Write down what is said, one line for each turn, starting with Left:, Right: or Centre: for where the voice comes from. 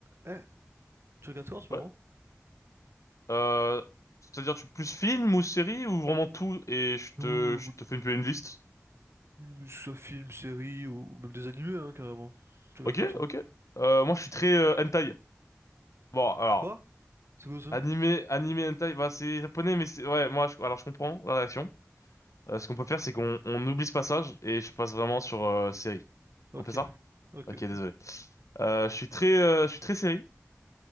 Right: Eh, tu regardes quoi en ce
Left: Ouais.
Right: moment?
Left: Euh, c'est-à-dire tu plus film ou série ou vraiment tout et je
Right: Ou-
Left: te
Right: ou-
Left: je te fais une, une
Right: ou-
Left: liste.
Right: ou- Soit film, série ou même des animés hein, carrément. Tu regardes
Left: Ok,
Right: quoi toi?
Left: ok. Euh, moi je suis très euh, hentai. Bon alors
Right: Quoi? C'est quoi ça?
Left: animé animé hentai bah c'est japonais mais c'est ouais moi je, alors je comprends la réaction. Euh, ce qu'on peut faire c'est qu'on on oublie ce passage et je passe vraiment sur euh, série.
Right: Ok,
Left: On fait ça?
Right: ok,
Left: Ok
Right: ok.
Left: désolé. Euh, je suis très euh, je suis très série